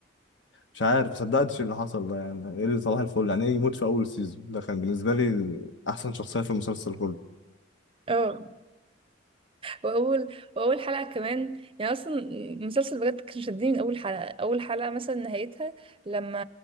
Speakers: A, on the left; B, on the right.
A: مش عارف مصدقتش اللي حصل ده يعني ايه اللي صباح الفل يعني ايه يموت في اول سيزون ده كان بالنسبه لي احسن شخصيه في المسلسل كله
B: اه واول واول حلقه كمان يعني اصلا المسلسل بجد كان شدني من اول حلقه اول حلقه مثلا نهايتها لما